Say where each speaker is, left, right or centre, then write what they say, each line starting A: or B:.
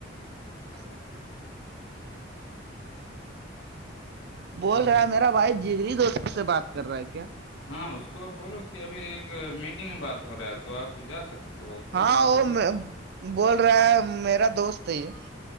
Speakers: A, on the right (about 55°); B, on the left (about 80°).
A: <inaudible>
B: اگر
A: بول رہا ہے میرا وائف جگری دوست سے بات کر رہا ہے کیا
B: ہاں اس کو بولو کہ ابھی ایک میٹنگ میں بات ہو رہا ہے تو آپ جا سکتے ہو اس
A: ہاں
B: کو بھگ
A: وہ میں بول رہا ہے میرا دوست ہے یہ